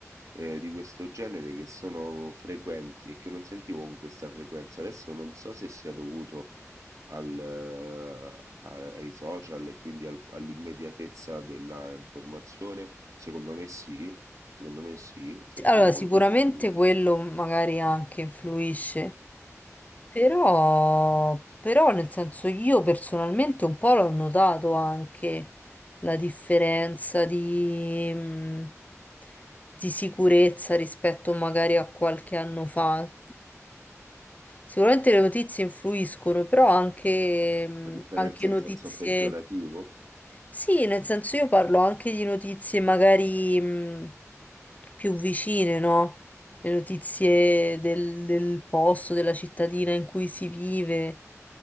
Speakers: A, on the right; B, on the left.
A: eh, di questo genere che sono frequenti e che non sentivo con questa frequenza. Adesso non so se sia dovuto al, eh, a- ai social e quindi al- all'immediatezza della informazione. Secondo me sì, secondo me sì, se
B: Sì,
A: vuoi
B: Allora, sicuramente
A: lo via.
B: quello magari anche influisce, Però, però nel senso io personalmente un po' l'ho notato anche la differenza di, mh, di sicurezza rispetto magari a qualche anno fa. Sicuramente le notizie influiscono, però anche, mh,
A: La differenza
B: anche notizie.
A: in senso peggiorativo?
B: Sì, nel senso io parlo anche di notizie magari mh, più vicine, no? Le notizie del, del posto, della cittadina in cui si vive.